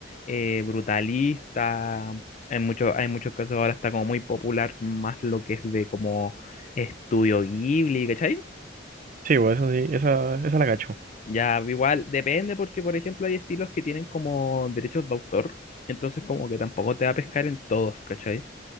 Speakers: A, on the left (about 40°); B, on the right (about 45°).
A: eh, brutalista. En muchos, hay muchos casos ahora está como muy popular más lo que es de como estudio Ghibli, ¿cachai?
B: Sí, pues eso sí, esa, esa la cacho.
A: Ya, igual, depende porque, por ejemplo, hay estilos que tienen como derechos de autor, entonces como que tampoco te va a pescar en todos, ¿cachai?